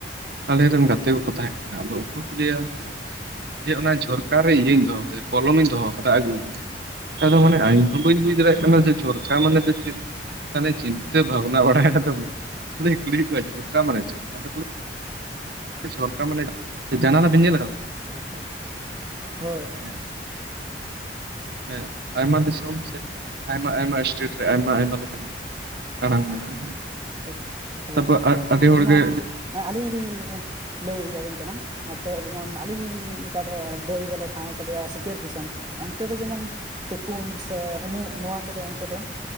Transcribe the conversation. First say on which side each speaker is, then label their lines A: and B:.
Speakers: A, on the right (about 60°); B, on the right (about 25°).
A: ᱟᱞᱮᱨᱮ ᱨᱮᱱ ᱜᱟᱛᱮ ᱠᱚᱠᱚ ᱛᱟᱦᱮᱸ ᱠᱟᱱᱟ ᱟᱫᱚ ᱩᱱᱠᱩ ᱠᱚ ᱞᱟᱹᱭᱟ ᱡᱮ ᱚᱱᱟ ᱡᱷᱚᱨᱠᱟᱨ ᱨᱮ ᱤᱭᱟᱹᱧ ᱫᱚᱦᱚ <unintelligible> ᱠᱚᱞᱚᱢᱤᱧ ᱫᱚᱦᱚ <unintelligible> ᱟᱹᱜᱩᱭ <unintelligible> ᱢᱟᱱᱮ ᱤᱧᱦᱚᱸ
B: ᱦᱳᱭ
A: ᱵᱟᱹᱧ ᱵᱩᱡᱽ ᱫᱟᱲᱮᱭᱟᱜ ᱠᱟᱱᱟ ᱡᱮ ᱡᱚᱨᱠᱟ ᱢᱟᱱᱮ ᱫᱚ ᱪᱮᱫ ᱛᱟᱦᱚᱞᱮ ᱪᱤᱱᱛᱟᱹ ᱵᱷᱟᱵᱱᱟ ᱵᱟᱲᱟᱭᱮᱱᱟ ᱫᱚ <unintelligible> ᱠᱩᱲᱤᱭᱮᱫ ᱠᱚᱣᱟ ᱡᱷᱨᱠᱟ ᱢᱟᱱᱮ ᱪᱮᱫ ᱟᱫᱚᱠᱚ ᱞᱟᱸᱭᱟ ᱡᱷᱟᱨᱠᱟ ᱢᱟᱱᱮ ᱡᱟᱱᱟᱞᱟ ᱵᱤᱱ ᱧᱮᱞ ᱟᱠᱟᱫᱻᱟ
B: ᱦᱳᱭ ᱦᱳᱭ ᱦᱻᱳᱭ
A: ᱦᱮᱸ ᱦᱮᱸ ᱟᱭᱢᱟ ᱫᱤᱥᱚᱢ ᱥᱮᱫ ᱟᱭᱢᱟ ᱟᱭᱢᱟ ᱤᱥᱴᱮᱴ ᱨᱮ ᱟᱭᱢᱟ ᱟᱭᱢᱟ ᱞᱮᱠᱟᱱ ᱟᱲᱟᱝ ᱢᱮᱱᱟᱜᱼᱟ
B: <unintelligible> ᱦᱳᱭ
A: ᱛᱟᱯᱚᱨ
B: ᱦᱳᱭ
A: ᱟᱹᱰᱤ ᱦᱚᱲᱜᱮ
B: ᱡᱮᱢᱚᱱ ᱟᱹᱞᱤᱧ ᱞᱤᱧ ᱞᱟᱹᱭᱮᱫ ᱟᱹᱵᱤᱱ ᱠᱟᱱᱟ ᱱᱚᱛᱮ ᱡᱮᱢᱚᱱ ᱟᱹᱞᱤᱧ ᱚᱱᱠᱟ ᱫᱚ ᱫᱟᱹᱭ ᱫᱚᱞᱮ ᱴᱷᱟᱶ ᱠᱟᱫᱮᱭᱟ ᱥᱤᱠᱟᱹᱨ ᱫᱤᱥᱚᱢ ᱚᱱᱛᱮ ᱫᱚ ᱡᱮᱢᱚᱱ ᱛᱩᱯᱩᱱ ᱥᱮ ᱩᱢᱩᱜ ᱱᱚᱣᱟ ᱠᱚᱫᱚ ᱚᱱᱛᱮ ᱫᱚ